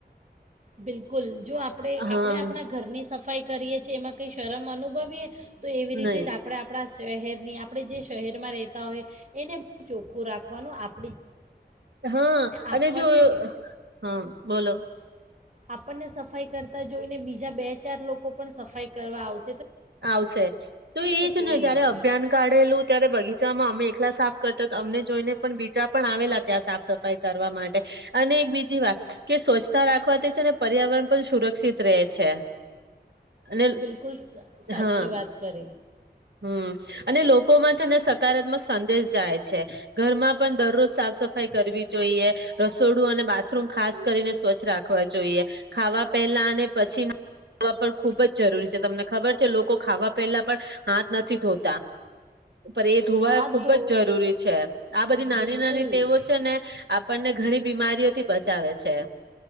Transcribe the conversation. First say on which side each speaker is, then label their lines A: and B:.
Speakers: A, on the right; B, on the right.
A: બિલ કુલ જો આપણે
B: હા
A: આપણે આપણા ઘરની સફાઈ કરીએ છીએ એમાં કઈ શરમ અનુભવીએ? તો એવી રીતે
B: નહી
A: જ આપણે આપણા શહેરની આપણે જે શહેરમાં રહેતા હોય એને ચોખ્ખું રાખવાનું આપ
B: હા
A: આપણને
B: અને જો, હા બોલો.
A: આપનને સફાઈ કરતા જોઈને બીજા બે ચાર લોકો પણ સફાઈ કરવા આવ
B: આવશે. તો એજ
A: કોઈ
B: ને જયારે
A: નથી
B: અભિયાન કાઢેલું ત્યારે બગીચામાં અમે એક લા સાફ કરતા થા. અમને જોઈને પણ બીજા પણ આવેલા ત્યાં સાફ સફાઈ કરવા માટે. અને એક બીજી વાત કે સ્વચ્છતા રાખવા તે છે ને પર્યાવરણ પણ સુરક્ષિત રહે છે. અને
A: બિલકુલ સ સાચી
B: હા
A: વાત કરે.
B: હમ અને લોકોમાં છે ને સકારાત્મક સંદેશ જાય છે ઘરમાં પણ દરરોજ સાફ સફાઈ કરવી જોઈએ રસોડું અને બાથરૂમ ખાસ કરીને સ્વચ્છ રાખવા જોઈએ ખાવા પહેલા અને પછી પણ ખુબ જ જરૂરી છે તમને ખબર છે લોકો ખાવા પેલા પણ હાથ નથી ધોતા. પર એ ધોવા
A: હાથ
B: ખુબ
A: ધો
B: જ જરૂરી છે આ બધી નાની
A: બિલકુલ
B: નાની ટેવો છે ને આપણને ઘણી બીમારીઓથી બચાવે છે.